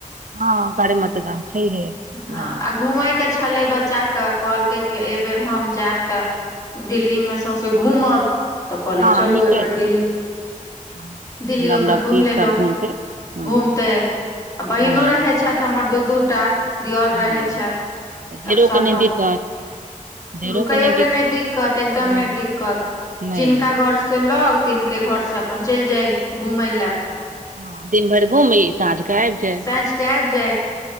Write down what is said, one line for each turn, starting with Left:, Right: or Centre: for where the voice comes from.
Right: हँ- गाड़ी मेऽ तऽ दम छैहे।
Left: हँ
Right: गाममे
Left: आ घूमयके छलै बच्चाक कहलकै कि एहि बेेर हम जायब तऽ दिल्लीमे सौँसे घूमब तऽ कहलियै
Right: हँ
Left: चलू
Right: नीके
Left: एहि बेेर
Right: छै
Left: दिल्ली
Right: बहुत चीज
Left: दिल्लीयोमे
Right: नव नव
Left: घूमि
Right: चीज
Left: लेलहुँ-
Right: सब घुमतै हूँ
Left: घूमते आ बहिनो
Right: हँ
Left: रहै छथि हमर दू दू टा दियौर
Right: हँ
Left: रहै छथि
Right: देरोके
Left: तब सभठप
Right: नहि दिक्कत देरोके
Left: रुकैयो
Right: नहि
Left: के नय दिक्कत एकदम
Right: नहि
Left: नय दिक्कत
Right: नहि
Left: जिनका घर से लग तिन- के घर से अपन च इल जाइ। घुमय ला-
Right: हँ हँ दिन भरि घूमी साँझके आबि जाय
Left: सांझ के आइब जाय।